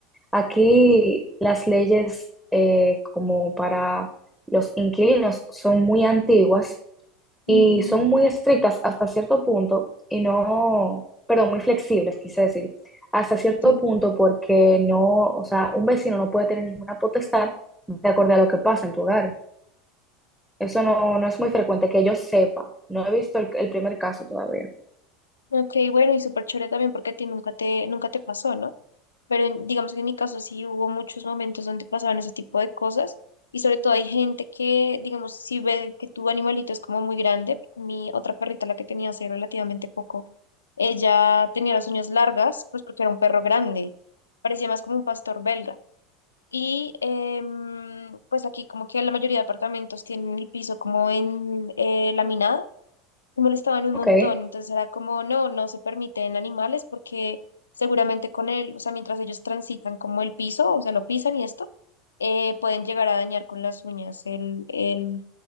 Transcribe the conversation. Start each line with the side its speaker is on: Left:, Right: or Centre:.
Centre: Aquí las leyes eh, como para los inquilinos son muy antiguas
Left: mm,
Centre: y son muy estrictas hasta cierto punto y no, perdón, muy flexibles, quise decir, hasta cierto
Left: sí.
Centre: punto porque no, o sea, un vecino no puede tener ninguna potestad de acuerdo a lo que pasa en tu hogar. Eso no, no es muy frecuente que yo sepa. No he visto el, el primer caso todavía.
Left: Okay, bueno, y súper chévere también porque a ti nunca te, nunca te pasó, ¿no? pero en- digamos que en mi caso sí hubo muchos momentos donde pasaban ese tipo de cosas y sobre todo hay gente que, digamos, si ve que tu animalito es como muy grande, mi otra perrita, la que tenía hace relativamente poco, ella tenía las uñas largas, pues porque era un perro grande, parecía más como un pastor belga. Y em, pues aquí como que la mayoría de apartamentos tienen el piso como en eh, laminado me molestaban un
Centre: Ok.
Left: montón, entonces era como, no, no se permiten animales porque seguramente con él, o sea, mientras ellos transitan como el piso, o sea, lo pisan y esto, eh, pueden llegar a dañar con las uñas el, el,